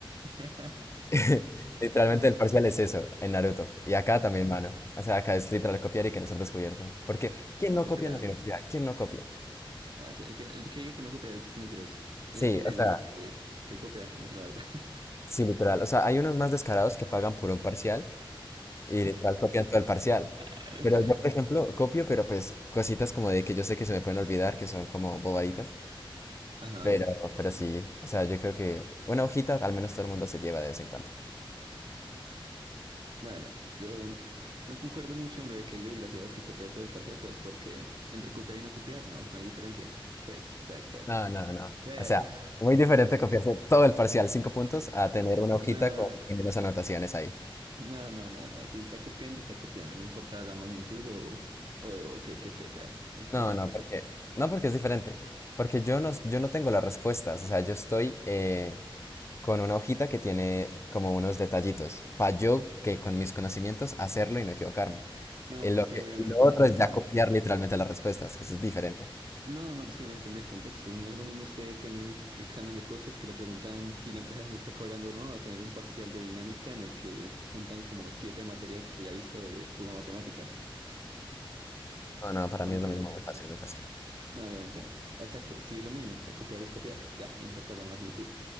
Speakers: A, on the right (about 55°); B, on the left (about 30°).
A: <laughs>
B: <laughs> Literalmente el parcial es eso, en Naruto. Y acá también, mano. O sea, acá es literal copiar y que no ser descubierto. Porque, ¿quién no
A: Literal.
B: copia en la universidad? ¿Quién no copia?
A: Ah, sí, el que, el que diga que no copia es mentiroso.
B: Sí,
A: Y el que diga
B: o sea,
A: que, que copia, dice la verdad.
B: sí, literal. O sea, hay unos más descarados que pagan por un parcial y literal copian todo el parcial.
A: <laughs>
B: Pero yo, por ejemplo, copio, pero pues cositas como de que yo sé que se me pueden olvidar, que son como bobaditas.
A: Ajá.
B: Pero, pero sí, o sea, yo creo que una hojita al menos todo el mundo se lleva de vez en cuando.
A: Bueno, yo no concuerdo mucho en lo de que hay desgraciados que copian todo el parcial, pues porque entre copiar y no copiar, no, no hay diferencia. Pues, pues, pues.
B: No, no, no.
A: Pero,
B: O sea,
A: <laughs>
B: muy diferente copiarse todo el parcial, cinco puntos, a tener una hojita
A: no,
B: con las anotaciones ahí.
A: no, no, no, no. Si está copiando, está copiando, no importa la magnitud o, o, que, que, que sea. El
B: No,
A: copiar
B: no,
A: es copiar.
B: porque, no, porque es diferente. Porque yo no, yo no tengo las respuestas. O sea, yo estoy eh, con una hojita que tiene como unos detallitos. Para yo que con mis conocimientos hacerlo y no equivocarme.
A: No,
B: Eh,
A: pues
B: lo que,
A: que obviamente
B: y lo otro
A: suplementar.
B: es ya copiar literalmente las respuestas, que eso es diferente.
A: No, no, pues que depende del contexto. No es lo mismo usted tener un examen de cosas que le preguntan si la empresa se está cobrando o no, a tener un parcial de dinámica en el que juntan como siete materias que ya he visto de pura matemática.
B: No, no, para
A: ¿Sí
B: mí
A: me
B: es
A: entiendes?
B: lo mismo, muy fácil, muy fácil.
A: No, obviamente. Exacto, sí es lo mismo. O sea, copiar es copiar. Ya, no importa la magnitud.